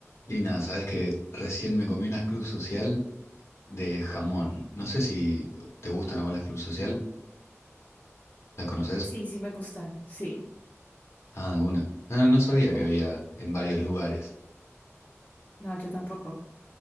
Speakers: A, on the left; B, on the left.
A: Lina, sabes que recién me comí unas club social de jamón. No sé si te gustan a vos las club social. ¿Las conoces?
B: Sí, sí me gustan, sí.
A: Ah, de una. Ah, no sabía que
B: Uh,
A: había en varios lugares.
B: No, yo tampoco.